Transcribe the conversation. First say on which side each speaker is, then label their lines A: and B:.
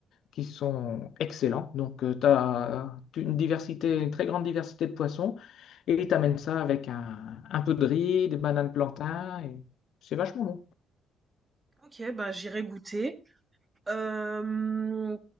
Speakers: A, on the left; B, on the right.
A: qui sont excellents. Donc, tu as une diversité, une très grande diversité de poissons et tu amènes ça avec un, un peu de riz, des bananes plantains et c'est vachement bon.
B: Ok, ben j'irai goûter. Hem,